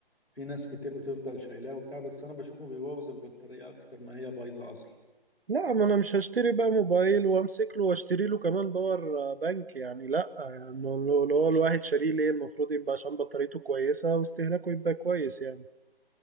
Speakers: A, on the left; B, on the right.
A: في ناس كتير بتفضل شايلاه وبتاع بس انا بشوفه بيبوظ البطاريه اكتر ما هي بايظه اصلا
B: لا ما انا مش هشتري بقى موبايل وامسك له واشتري له كمان باور آه، بانك يعني لا يعني لو لو هو الواحد شاريه ليه المفروض يبقى عشان بطاريته كويسة واستهلاكه يبقى كويس يعني